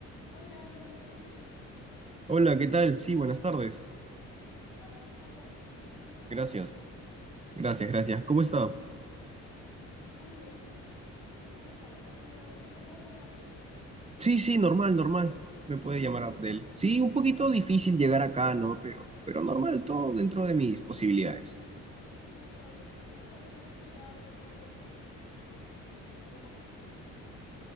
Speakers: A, on the left; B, on the right.
A: Hola, señor Sweden.
B: Hola, ¿qué tal? Sí, buenas tardes.
A: Pasa, por favor. Vamos a hacer la
B: Gracias,
A: reunión aquí.
B: gracias, gracias. ¿Cómo está?
A: Muy bien. ¿Tú qué tal? ¿Has llegado bien? ¿Te puedo llamar Abdel?
B: Sí, sí, normal, normal. Me puede
A: ¿Sí?
B: llamar Abdel. Sí, un poquito difícil llegar acá, ¿no? Pero, pero normal, todo dentro de mis posibilidades.
A: ¿Has encontrado bien el camino? Bueno, una vez que ya vienes más veces, es- después es, es un poco más fácil.